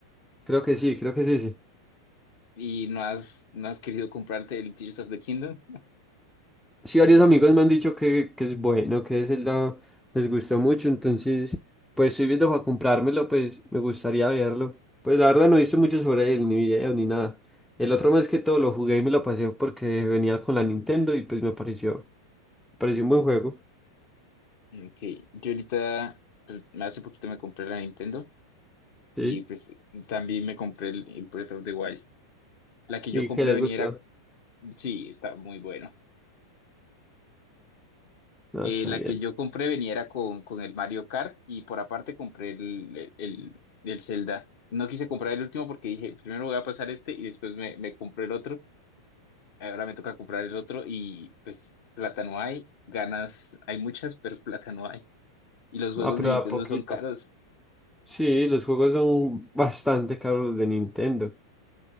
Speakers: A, in the centre; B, on the left.
A: Creo que sí, creo que es ese.
B: ¿Y no has, no has querido comprarte el Tears of the Kingdom?
A: Sí, varios amigos me han dicho que, que es bueno, que Zelda les gustó mucho, entonces, pues estoy viendo para comprármelo, pues me gustaría verlo. Pues la verdad no hice mucho sobre él, ni videos, ni nada. El otro mes que todo lo jugué y me lo pasé porque venía con la Nintendo y pues me pareció, me pareció un buen juego,
B: Ok, yo ahorita, pues hace poquito me compré la Nintendo
A: ¿sí?
B: y pues también me compré el, el Breath of the Wild. La que
A: Y
B: yo compré
A: que le
B: venía,
A: gustó.
B: era- sí, está muy bueno.
A: Ah,
B: Eh,
A: está
B: la
A: bien.
B: que yo compré venía era con, con el Mario Kart y por aparte compré el, el, el Zelda. No quise comprar el último porque dije, primero voy a pasar este y después me, me compré el otro. ahora me toca comprar el otro y pues plata no hay, ganas hay muchas, pero <laughs> plata no hay. Y los juegos
A: Ah, pero
B: de Nintendo
A: a poquito.
B: son caros,
A: Sí, los juegos son bastante caros los de Nintendo.